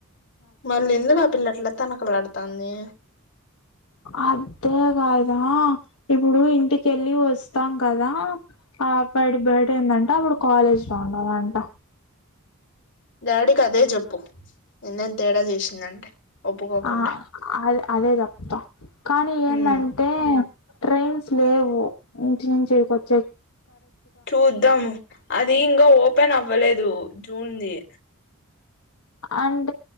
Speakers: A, on the left; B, on the left.
A: మళ్ళి ఎందుకు ఆ పిల్ల అట్ల తనకులా తాంది
B: అదేకాదా ఇప్పుడు ఇంటికి వెళ్ళి వస్తాం కదా ఆ బటి బదిందంట అప్పుడు కాలేజ్లో ఉంన్నాదంట
A: డాడీ కదే చెప్పు నిన్నేం తేడా చేసి సిందంటే ఒప్పుకోకుంటే
B: ఆ అదే అదే చెప్తా కానీ ఏందంటే
A: మ్
B: ట్రైన్స్ లేవు ఇంటి నుంచి ఈడికి వచ్చే
A: చూద్దాం అది ఇంగ ఓపెన్ అవ వ్వలేదు జూన్ ది
B: అన్